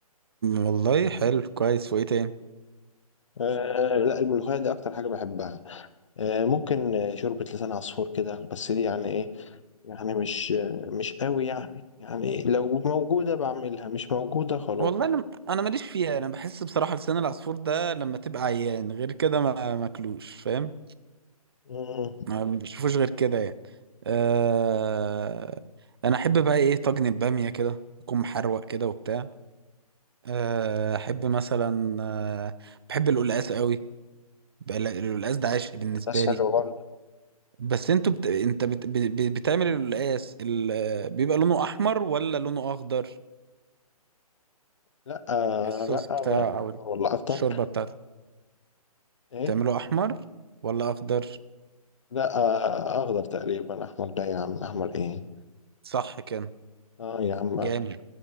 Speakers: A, on the right; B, on the left.
A: والله حلو كويس وايه تاني
B: آه آه، لا الملوخية دي اكتر حاجة بحبها آه ممكن آه، شوربة لسان عصفور كده بس دي يعني ايه يعني مش آه، مش قوي يعني يعني لو موجودة بعملها مش موجودة خلاص
A: والله انا انا ماليش فيها انا بحس بصراحة لسان العصفور ده لما تبقى عيان غير كده ما ماكلوش فاهم
B: مم،
A: ما بشوفوش غير كده يعني أه انا احب بقى ايه طاجن الباميه كده يكون محروق كده وبتاع آه، احب مثلا أه بحب القلقاس قوي بقى ال- القلقاس ده عشق بالنسبه
B: بس
A: لي
B: حلو برضه
A: بس انتوا بت... انت بت... ب- ب- بتعمل القلقاس ال... بيبقى لونه احمر ولا لونه اخضر
B: لا آه،
A: الصوص
B: لا
A: بتاع
B: آه،
A: او
B: والله افطر
A: الشوربه بتاعته
B: ايه
A: بتعمله احمر ولا اخضر
B: لا آه، اخضر تقريبا احمر لا يا عم احمر ايه
A: صح كده
B: اه يا عم
A: جامد
B: أخضر.